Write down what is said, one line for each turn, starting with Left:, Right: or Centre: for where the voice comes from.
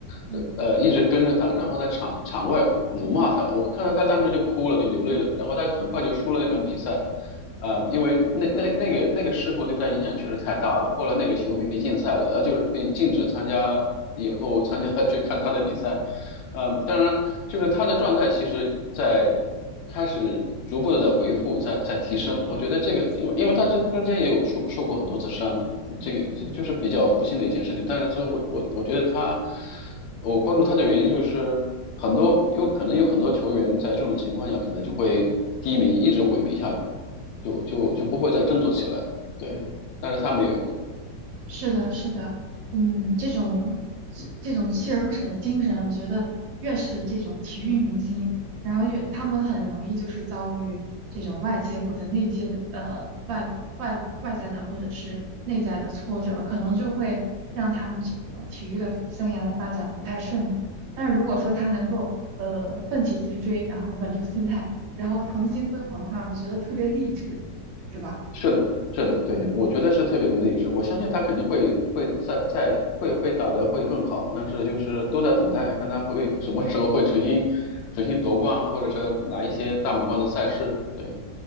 Right: 嗯，
Left: 呃呃，一直跟着他，然后在场场外辱骂他。我看到他当时就哭了，就流泪了。然后他就很快就输了那场比赛。啊、因为那那那个那个事故对他影响确实太大了。后来那个球迷被禁赛了，呃，就是被禁止参加以后参加 <laughs> 去看他的比赛。嗯，呃当然，就是他的状态其实在开始逐步的在恢复，在在提升。我觉得这个，因为因为他这中间也有受受过很多次伤，这个这个就是比较不幸的一件事情。但是这我我我觉得他，我关注他的原因就是很多，因为可能有很多球员在这种情况下可能就会低迷，一直萎靡下去，就就就不会再振作起来。对，但是他没有。
Right: 是的，是的，嗯，这种这这种锲而不舍的精神，我觉得越是这种体育明星，然后越他们很容易就是遭遇这种外界或者内界的呃外外外在的或者是内在的挫折，可能就会让他们这个体育的生涯的发展不太顺利。但是如果说他能够呃奋起直追，然后稳住心态，然后重新辉煌的话，我就觉得特别励志，是吧？
Left: 是的，是的，对，
Right: 嗯。
Left: 我觉得是特别的励志。我相信他肯定会会在在会会打得会更好，但是就是都在等待，看他会什么时候会重新重新夺冠，或者是拿一些大满贯的赛事。对，